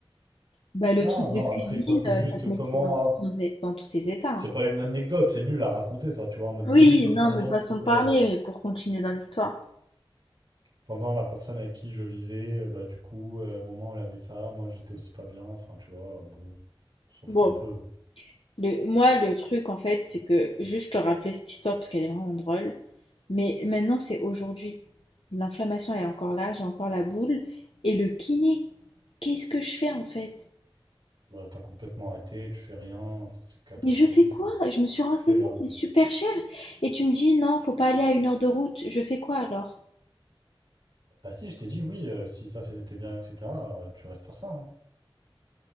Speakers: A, on the left; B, on the right.
A: Bah, le
B: Non,
A: truc
B: non,
A: de cuisine,
B: après ça c'est
A: euh,
B: juste
A: ça te mettait
B: comment.
A: dans tous, nos é- dans tous tes états, hein.
B: C'est pas une anecdote, c'est nul à raconter ça, tu vois. En mode
A: Oui,
B: oui, bah,
A: non,
B: pendant
A: mais façon
B: que.
A: de parler,
B: euh,
A: mais pour continuer dans l'histoire.
B: pendant la personne avec qui je vivais, euh, bah du coup, euh, à un moment elle avait ça, moi j'étais aussi pas bien, enfin tu vois, bon, on s'en fout
A: Bon,
B: un peu. hein.
A: le- moi, le truc, en fait, c'est que juste te rappeler cette histoire parce qu'elle est vraiment drôle. Mais maintenant, c'est aujourd'hui. L'inflammation est encore là, j'ai encore la boule. Et le kiné, qu'est-ce que je fais en fait?
B: Bah, t'as complètement arrêté, tu fais rien, enfin, c'est catastrophique.
A: Mais je fais quoi?
B: hein. Je
A: Je
B: sais
A: me
B: pas
A: suis
B: ce que
A: renseignée,
B: tu fais là.
A: c'est super cher. Et tu me dis, non, faut pas aller à une heure de route. Je fais quoi alors?
B: Bah, si, je t'ai dit oui, euh, si ça c'était bien, etc., euh, tu restes faire ça. hein.